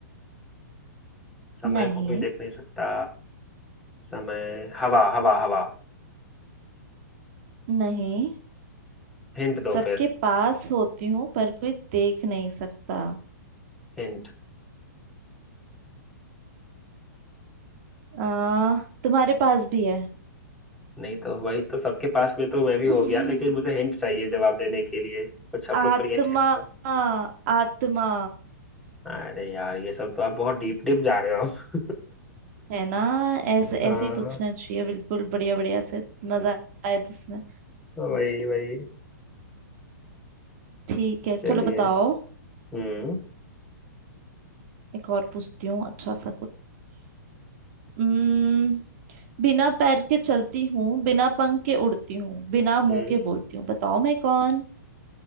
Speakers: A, in the centre; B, on the right.
A: समय
B: नहीं
A: को कोई देख नहीं सकता समय हवा हवा हवा
B: नहीं
A: हिंट दो
B: सबके
A: फिर
B: पास होती हूँ पर कोई देख नहीं सकता
A: हिंट
B: आ, तुम्हारे पास भी है
A: नहीं तो वही तो सबके पास में तो मैं भी हो
B: हम्म,
A: गया लेकिन मुझे हिंट चाहिए जवाब देने के लिए कुछ अप्रोप्रिएट
B: आत्मा
A: हिंट दो
B: आत्मा
A: अरे यार ये सब तो आप बहुत डीप डीप जा रहे हो आप।
B: है ना ऐसे
A: <laughs> हाँ
B: ऐसे ही पूछना चाहिए बिल्कुल बढ़िया बढ़िया से मजा आया इसमें
A: वही वही
B: ठीक है
A: चलिए
B: चलो बताओ
A: हम्म
B: एक और पूछती हूँ अच्छा सा कुछ उम्म, बिना पैर के चलती हूँ बिना पंख के उड़ती हूँ बिना
A: हम्म
B: मुंह के बोलती हूँ बताओ मैं कौन